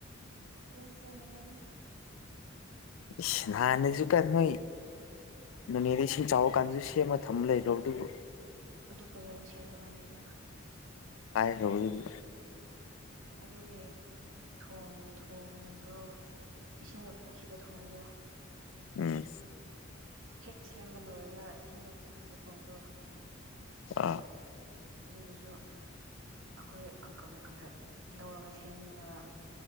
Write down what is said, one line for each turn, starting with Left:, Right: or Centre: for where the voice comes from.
Right: ꯐꯖꯅ ꯁꯦꯡꯅꯕ ꯍꯥꯏꯟꯁꯦ
Left: ꯏ ꯁꯅꯦꯁꯨꯨ ꯀꯅꯣꯣꯏ ꯅꯅꯦꯗ ꯏꯁꯤꯡ ꯆꯥꯎꯕ ꯀꯥꯟꯗꯁꯨ ꯁꯦꯝꯃ ꯊꯝꯕ ꯂꯩꯔꯣ ꯑꯗꯨꯕꯨ
Right: ꯑꯗꯨ ꯐꯖꯅ ꯁꯔꯗꯕ ꯍꯥꯏꯅꯦꯗꯅ
Left: ꯌꯥꯧꯕꯗꯤꯕꯤ
Right: ꯑꯗꯨꯒꯤ ꯊ ꯊꯣꯡꯗꯣ ꯏꯁꯤꯡꯅ ꯄꯨꯈꯤꯕ ꯊꯣꯡꯗꯣ
Left: ꯎꯝ
Right: ꯍꯦꯛ ꯁꯦꯝꯕ ꯂꯣꯏꯔꯒ ꯏꯁꯤꯡꯅ ꯄꯨꯈꯤꯕ ꯊꯣꯡꯗꯣ
Left: ꯑ
Right: ꯑꯗꯨꯗꯨꯁꯨ ꯑꯩꯈꯣꯏ ꯑꯪꯀꯜꯅ ꯀꯟꯇ꯭ꯔꯦꯛ ꯂꯧꯔꯒ ꯁꯦꯝꯃꯦꯃꯦꯕ